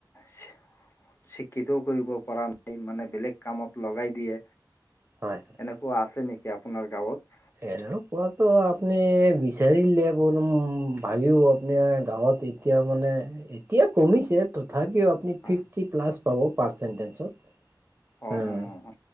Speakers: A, on the left; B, on the right.
A: চি চিক্ষিতও কৰিব পৰান ই মানে বেলেগ কামত লগাই দিয়ে
B: হয় হয়
A: এনেকুৱা আছে নেকি আপোনাৰ গাঁৱত?
B: এনেকোৱাটো আপুনি বিচাৰিলে বহুত ভাবিব আপুনি গাঁৱত এ এতিয়া মানে এতিয়া কমিছে তথাপিও আপুনি
A: হয়,
B: ফিফটি প্লাছ পাব পাৰ্চেণ্টেঞ্চত।
A: অ অ
B: হম
A: অ,